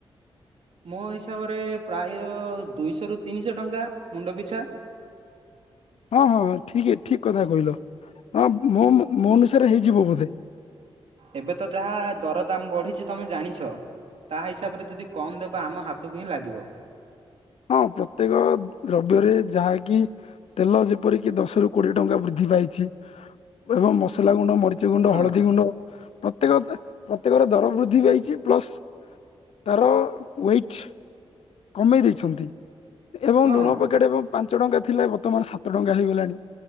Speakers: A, on the right; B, on the left.
A: ମୋ ହିସାବରେ ପ୍ରାୟ ଦୁଇଶହ ରୁ ତିନିଶହ ଟଙ୍କା ମୁଣ୍ଡ ପିଛା।
B: ହଁ ହଁ ଠିକ ଏ ଠିକ କଥା କହିଲ। ହଁ ମୋ-ମୋ-ମୋ ଅନୁସାରେ ହେଇଯିବ ବୋଧେ।
A: ଏବେ ତ ଯାହା ଦର ଦାମ ବଢିଛି, ତମେ ଜାଣିଛ? ତା ହିସାବରେ ଯଦି କମ ଦେବା ଆମ ହାତକୁ ହିଁ ଲାଗିବ।
B: ହଁ ପ୍ରତ୍ୟେକ ଦ୍ରବ୍ୟରେ ଯାହାକି ତେଲ ଯେପରିକି ଦଶରୁୁ କୋଡିଏ ଟଙ୍କା ବୃଦ୍ଧି ପାଇଛି ଏବଂ ମସଲା ଗୁଣ୍ଡ ମରି ରୁଚି ଗୁଣ୍ଡ,
A: ହଁ
B: ହଳଦୀ ଗୁଣ୍ଡ ପ୍ରତ୍ୟେକରେ ପ୍ରତ୍ୟେକରେ ଦର ବୃଦ୍ଧି ପାଇଚି। ପ୍ଲସ୍ ତାର ୱେଟ୍ କମେଇ ଦେଇଛନ୍ତି ଏବଂ
A: ହଁ
B: ଲୁଣ ପକେଟ୍ ଏବଂ ପାନ୍ ପାଞ୍ଚ ଟଙ୍କା ଥିଲା ବର୍ତ୍ତମାନ ସାତ ଟଙ୍କା ହେଇଗଲାଣି।